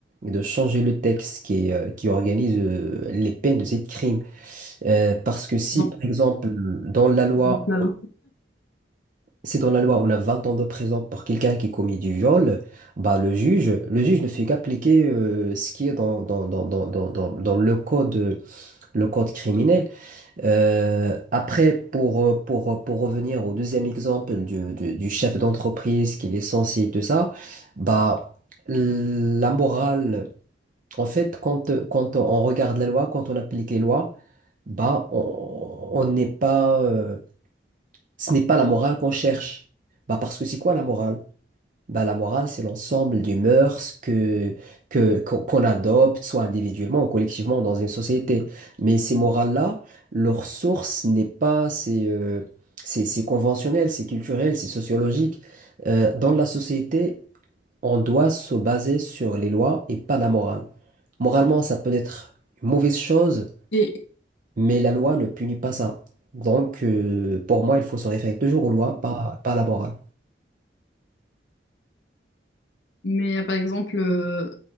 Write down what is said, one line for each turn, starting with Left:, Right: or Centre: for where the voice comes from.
Right: et de changer le texte qui, euh, qui organise euh, les peines de ces crimes. Euh, parce que si,
Left: Donc,
Right: par exemple, dans la loi,
Left: donc la loi.
Right: si dans la loi on a 20 ans de prison pour quelqu'un qui commet du viol, bah le juge, le juge ne fait qu'appliquer euh, ce qui est dans, dans, dans, dans, dans, dans- dans le code, le code criminel. Euh, après, pour, euh, pour, pour revenir au deuxième exemple du, du, du chef d'entreprise qui est censé et tout ça, bah la morale, en fait, quand, quand on regarde la loi, quand on applique les lois, bah on on n'est pas. euh, ce n'est pas la morale qu'on cherche. Bah parce que c'est quoi la morale? Bah la morale, c'est l'ensemble des mœurs que, que, qu'on qu'on adopte, soit individuellement ou collectivement dans une société. Mais ces morales-là, leur source n'est pas, c'est euh, c'est c'est conventionnel, c'est culturel, c'est sociologique. Euh, dans la société, on doit se baser sur les lois et pas la morale. Moralement, ça peut être une mauvaise chose,
Left: Et-
Right: mais la loi ne punit pas ça. Donc, euh, pour moi, il faut se référer toujours aux lois, pas, pas à la morale.
Left: mais euh, par exemple, euh,